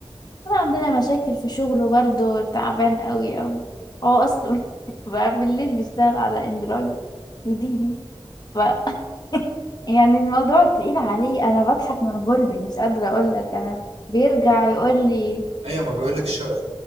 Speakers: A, on the left; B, on the right.
A: أنا عندنا مشاكل في شغله برضه تعبان قوي أوي هو أصله <laughs> بقى بالليل بيشتغل على اندرويد وديدي ف <laughs> يعني الموضوع تقيل عليه أنا بضحك من غلبي مش قادرة أقولك أنا بيرجع يقول لي
B: ايوه ما بيقولك شر